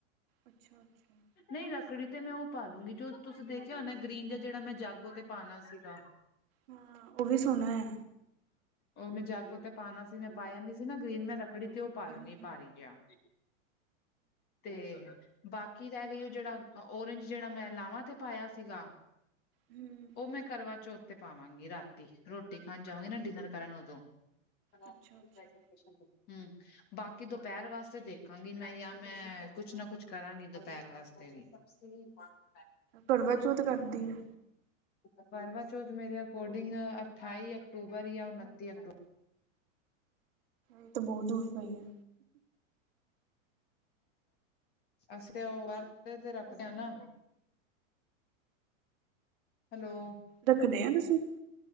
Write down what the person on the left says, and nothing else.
ਨਂਈ ਰੱਕੜੀ ਤੇ ਮੈਂ ਓ ਪਾਾਲੂੰਗੀ ਜੋ ਤੁਸੀਂ ਦੇਖੇਆ ਹੋਣਾ ਗ੍ਰੀਨ ਜਾਂ ਜੇਹੜਾ ਮੈਂ ਜਾਗੋ ਤੇ ਪਾਣਾ ਸੀਗਾ।
ਓ ਮੈਂ ਜਾਗੋ ਤੇ ਪਾਨਾ ਸੀ, ਮੈਂ ਪਾਇਆ ਨੀ ਸੀ ਨਾ ਗ੍ਰੀਨ ਮੈਂ ਰੱਖੜੀ ਤੇ ਓ ਪਾਾਲੂੰਗੀ
ਭਾਰੀ ਜੇਆ, ਤੇ ਬਾਕੀ ਰੈ ਗਈ ਓ ਜੇਹੜਾ ਓਰੇਂਜ ਜੇਹੜਾ ਮੈਂ ਲਾਵਾਂ ਤੇ ਪਾਆ ਸੀਗਾ।
ਓ ਮੈਂ ਕਰਵਾ ਚੌਥ ਤੇ ਪਾਵਾਂਗੀ ਰਾਤੀ ਰੋਟੀ ਖਾਣ ਜਾਵਾਂਗੀ ਨਾ ਡਿਨਰ ਕਰਨ ਓਦੋਂ <unintelligible>
ਹੂੰ। ਬਾਕੀ ਦੋਪੈਹਰ ਵਾਸਤੇ ਦੇਖਾਂਗੀ ਮੈਂ ਯਾਂ ਮੈਂ ਕੁਛ ਨਾ ਕੁਛ ਕਰਾਂਗੀ ਦੋਪੈਹਰ ਵਾਸਤੇ ਵੀ <inaudible>
ਕਰਵਾ ਚੌਥ ਮੇਰੇ ਅਕੋਰਡਿੰਗ ਅਠਾਈ ਅਕਤੂਬਰ ਜਾਂ ਉਨੱਤੀ ਅਕਤੂਬਰ
ਅਸੀਂ ਤੇ ਓ ਵਰਤ ਤੇ-ਤੇ ਰੱਖਦੇ ਆ ਨਾ। ਹੈਲੋ।